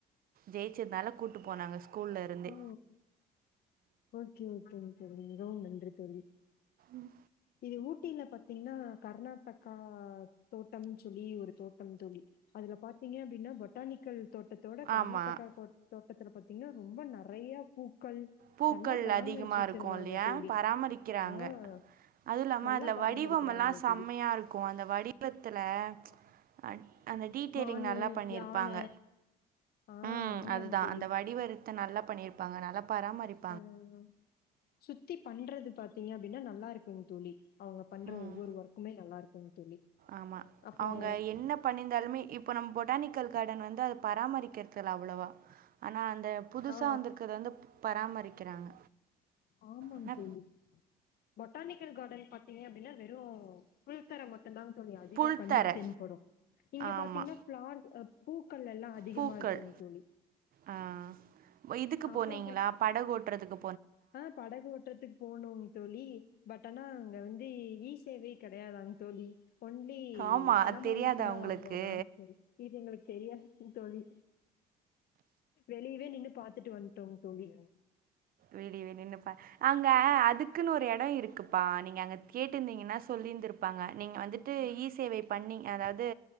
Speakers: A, on the right (about 60°); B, on the left (about 65°).
A: ஜெயிச்சதுனால கூட்டு போனாங்க ஸ்கூல்ல இருந்தே
B: ஓ ஓகே ஓகேங்க தோழி மிகவும் நன்றிங்க தோழி
A: ம்
B: இது ஊட்டில பாத்தீங்கன்னா கர்நாடகா தோட்டம்னு சொல்லி ஒரு தோட்டம் தோழி அதுல பாத்தீங்க அப்டின்னா பொட்டானிக்கல் தோட்டத்தோட கர்நாடகா
A: ஆமாம்
B: கோட் தோட்டத்துல பாத்தீங்கன்னா ரொம்ப நெறைய பூக்கள்
A: பூக்கள்
B: நல்லா பராமரிச்சு
A: அதிகமா
B: வச்சிருந்தாங்க
A: இருக்கு இல்லையா
B: தோழி
A: பராமரிக்கிறாங்க
B: ஆ
A: அதுவு இல்லாம
B: நல்லா
A: அதுல
B: பராமரிக்கிறாங்க
A: வடிவம் எல்லா செம்மையா
B: தோழி
A: இருக்கும் அந்த வடிவத்துல ஆ அந்த டீட்டெய்லிங்
B: மானு
A: நல்லா பண்ணிருப்பாங்க
B: யான ஆ
A: ம்
B: ஆமாங்க
A: அதுதா
B: தோழி
A: அந்த வடிவரு த்த நல்லா பண்ணிருப்பாங்க நல்லா பராமரிப்
B: ஆ அதுதா சுத்தி பண்றது பாத்தீங்க அப்டின்னா நல்லா இருக்குங்க தோழி அவுங்க பண்ற
A: ம்.
B: ஒவ்வொரு ஒர்க்குமே நல்லா இருக்குங்க தோழி
A: ஆமா
B: அப்றோ
A: அவுங்க என்ன பண்ணிருந்தாலுமே இப்ப நம்ம பொட்டானிக்கல் கார்டன் வந்து அது பராமரிக்கிறதுல் அவ்வளவா ஆனா அந் இந்த புதுசா
B: ஆ
A: வந்துருக்கறத வந்து பராமரிக்கிறாங்க
B: ஆமாங்க
A: ஆனா,
B: தோழி பொட்டானிக்கல் கார்டன் பார்த்தீங்க அப்டின்னா வெறும் ஃபுல் தர மட் ட்டங் தா தோழி அதிக
A: புல்தரை.
B: கண்ணுக்கு தென் படு இங்க
A: ஆமா.
B: பாத்தீங்கன்னா ஃபிளார் ஆ பூக்கள் எல்லா அதிகமா
A: பூக்கள்.
B: இருக்குங்க தோழி
A: ஆ இதுக்கு
B: அப்றோ
A: போனீங்களா
B: பாத்
A: படகு ஓட்டுறதுக்கு
B: ஆ படகு ஓட் ட்றத்துக்கு போனும் தோழி பட் ஆனா அங்க வந்து இ சேவை கெடையாதாங் தோழி ஒன்லி
A: ஆமா.
B: பணமா
A: அது தெரியாதா
B: மட்டுந்தா
A: உங்களுக்கு?
B: வாங்குவாங்களான்னு தோழி இது எங்களுக்கு தெரியாது தோழி வெளியவே நின்னு பாத்துட்டு வந்துட்டோ தோழி
A: வெளியவே நின்னுப்பா அங்க அதுக்குன்னு ஒரு எடொ இருக்குப்பா நீங்க அங்க கேட்டுயிருந்தீங்கன்னா சொல்லியிருந்து பாங்க நீங்க வந்துட்டு
B: ஓகே
A: இ சேவை பண்ணிங் அதாவ்து